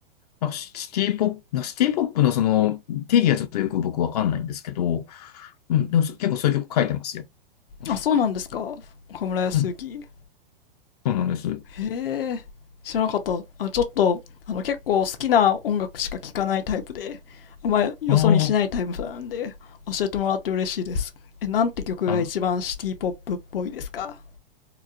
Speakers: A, on the left; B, on the left.
A: なんかシシティポップ、なんかシティポップのその定義がちょっとよく僕わかんないんですけど、うん、でもそ結構そういう曲書いてますよ。おそらく。
B: あ、そうなんですか岡村康之。
A: うん、そうなんです。
B: へえ、知らなかった。あ、ちょっと、あの、結構好きな音楽しか聴かないタイプで、あんまりよそ見しないタイプなんで、
A: あ
B: 教えてもらって嬉しいです。え、なんて曲が一番シティポップっぽいですか
A: あ、あ、